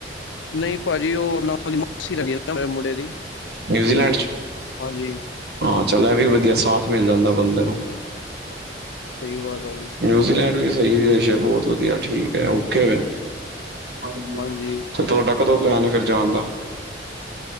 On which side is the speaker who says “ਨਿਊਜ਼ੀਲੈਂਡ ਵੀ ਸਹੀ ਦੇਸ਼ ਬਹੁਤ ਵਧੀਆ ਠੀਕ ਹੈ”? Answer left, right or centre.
Right